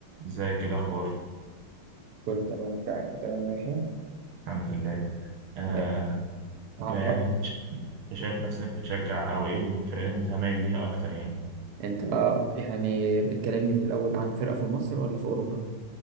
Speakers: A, on the right (about 80°); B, on the right (about 60°).
A: ازيك إيه الاخبار
B: كله تمام انت تمام ماشي
A: الحمد لله آه
B: إيه، اه،
A: يعني انت ش- أنت شايف نفسك بتشجع او ايه الفرق اللي انت مايل ليها اكتر يعني
B: انت يعني بتكلمني في الاول عن فرقة في مصر ولا في اوروبا